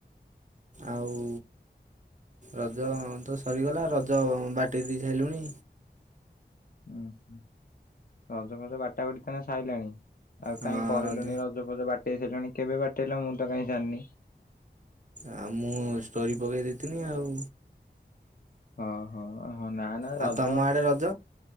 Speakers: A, on the right (about 45°); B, on the left (about 55°).
A: ଆଉ ରଜ ତ ସରିଗଲା। ରଜ ବାଟେଇଦେଇ ସାରିଲୁଣି।
B: ଉୁଁ ହୁ, ରଜ ଫଜ ବାଟା ବାଟି ତାହେନେ ସାଇଲାଣି। ଆଉ
A: ହଁ
B: କାଇଁ କହିଲୁନି
A: ରଜ
B: ର ଜ ଫଜ ବାଟେଇ ସାରିଲଣି, କେବେ ବାଟେଇଲ? ମୁଁ କାହିଁ ସାରିନି।
A: ଆଉ ମୁଁ ଷ୍ଟୋରି ପକେଇ ଦେଇଥିନି ଆଉ।
B: ଓହୋ ହଁ, ନା ନା, ରଜ
A: ଆଉ ତମ ଆଡ଼େ ରଜ?